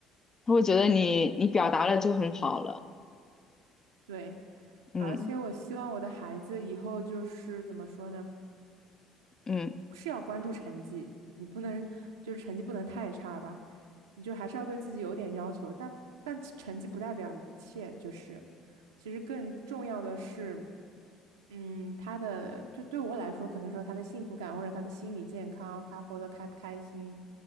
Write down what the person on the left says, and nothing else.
他会觉得你你表达了就很好了。
嗯
嗯